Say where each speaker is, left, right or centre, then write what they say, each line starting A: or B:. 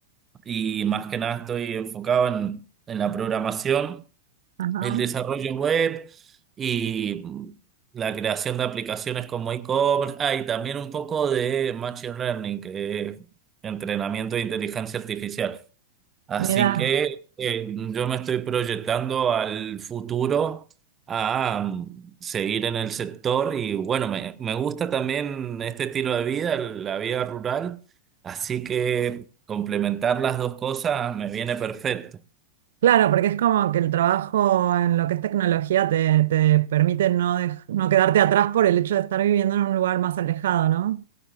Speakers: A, on the right (about 25°); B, on the right (about 75°).
A: y más que nada estoy enfocado en, en la programación,
B: Ajá,
A: el desarrollo web y la creación de aplicaciones como e-commerce, ah, y también un poco de machine learning, que es entrenamiento de inteligencia artificial. Así
B: mira.
A: que eh, yo me estoy proyectando al futuro a mm, seguir en el sector y bueno, me, me gusta también este estilo de vida, la vida rural, así que complementar las dos cosas me viene perfecto.
B: Claro, porque es como que el trabajo en lo que es tecnología te, te permite no, dej- no quedarte atrás por el hecho de estar viviendo en un lugar más alejado,